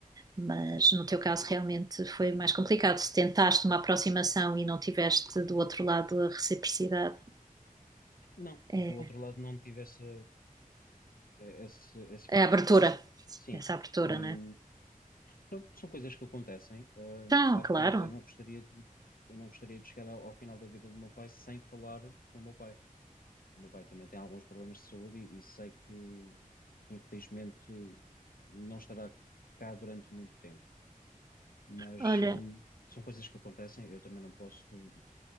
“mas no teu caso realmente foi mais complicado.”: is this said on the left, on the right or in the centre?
Right